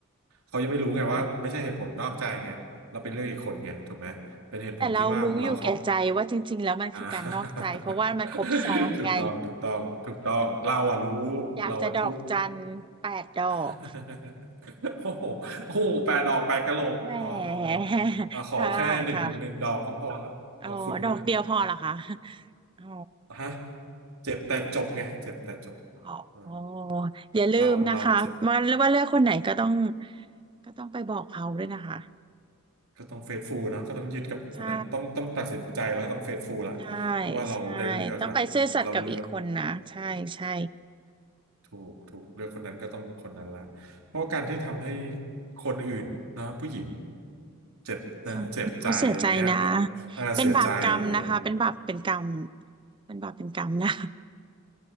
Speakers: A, on the right; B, on the right.
A: เขายังไม่รู้ไงว่าไม่ใช่เหตุผลนอกใจไงเราไปเลือกอีกคนไงถูกไหมเป็นเหตุผลที่ว่าเราเข้า
B: ค่ะแต่เรารู้อยู่แก่ใจว่าจริงๆแล้วมันคือการนอกใจเพราะว่ามันครบซ้อนไง
A: อ่า <laughs> ถูกต้องถูกต้องถูกต้องเราอะรู้เราอะทุกข์
B: อยากจะดอกจันแปดดอก
A: <laughs> โอ้โหโอ้โหแปดดอกแปดกะโหลกพอพอพอ
B: แหม <laughs>
A: อ่ะขอแค่หนึ่งหนึ่งดอกก็พอละขอบคุณมาก
B: ค่ะค่ะ อ๋อดอกเดียวพอเหรอคะอ๋อ
A: อ่ะฮะเจ็บแต่จบไงเจ็บแต่จบ
B: อ๋ออ๋อ
A: อ่า
B: อย่าลืมนะคะว่าว่าเลือกคนไหนก็ต้อง
A: เราเราเจ็บ
B: ก็ต้องไปบอกเขาด้วยนะคะ
A: ก็ต้องเฟซฟูลเนาะก็ต้องยึดกับคนนั้นต้องต้องตัดสินใจแล้วก็ต้องเฟซฟูลละเพราะว่าเราได้เลือกละมันเราเลือก
B: ใช่ใช่ใช่ต้องไปซื่อสัตย์กับอีกคนนะใช่ใช่
A: ถูกถูกเลือกคนนั้นก็ต้องคนนั้นละเพราะว่าการที่ทำให้คนอื่นเนาะผู้หญิงเจ็บนะเจ็บใจอย่างเงี้ยมันอ่าเสียใจอย่างเงี้ย
B: เขาเขาเสียใจนะเป็นบาปกรรมนะคะเป็นบาปเป็นกรรมเป็นบาปเป็นกรรมนะ